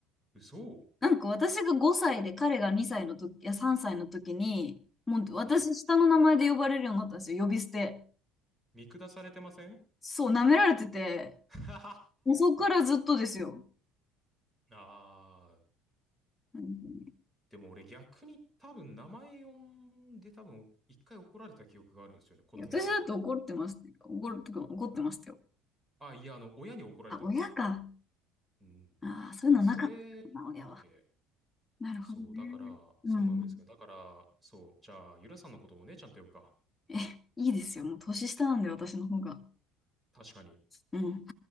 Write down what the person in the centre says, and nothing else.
嘘
はい。
見下されてません
<laughs>
あー、
でも俺逆に多分名前呼んで多分一回怒られた記憶があるんですよね、子供の頃に。
あ、いや、あの、親に怒られたんですよ。
うん。
多分それきっかけ。
そう、だから、そうなんですけど、
だから、そう、じゃあ、ゆらさんのことをお姉ちゃんって呼ぶか。
確かに。